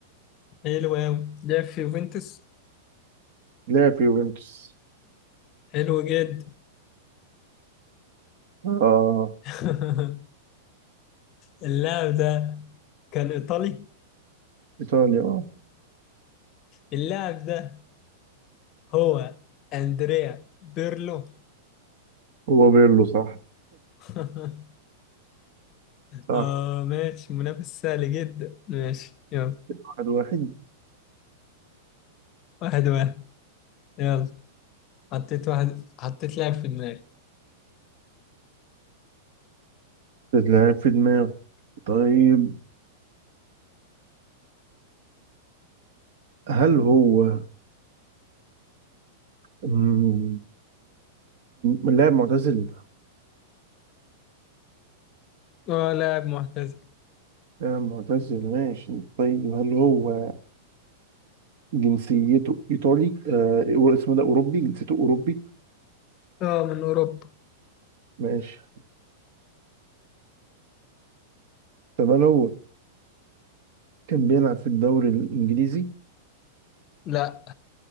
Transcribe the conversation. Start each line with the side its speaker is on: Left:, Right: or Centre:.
Left: حلو أوي لعب في يوفنتوس
Right: لاعب في يوفنتوس
Left: حلو جدا
Right: اه
Left: <laughs> اللاعب ده كان إيطالي
Right: ايطاليا اه
Left: اللاعب ده هو أندريا بيرلو
Right: هو بيرلو صح
Left: <laughs>
Right: صح
Left: آه ماشي منافس سهل جدا ماشي يلا
Right: واحد واحد
Left: واحد واحد يلا حطيت واحد حطيت لاعب في دماغي
Right: لاعب في دماغي طيب هل هو مم. لاعب معتزل
Left: اه لاعب معتزل
Right: لاعب معتزل ماشي طيب هل هو جنسيته إيطالي؟ آه اسمه ده أوروبي جنسيته أوروبي
Left: اه من اوروبا
Right: ماشي طب هل هو كان بيلعب في الدوري الإنجليزي؟
Left: لا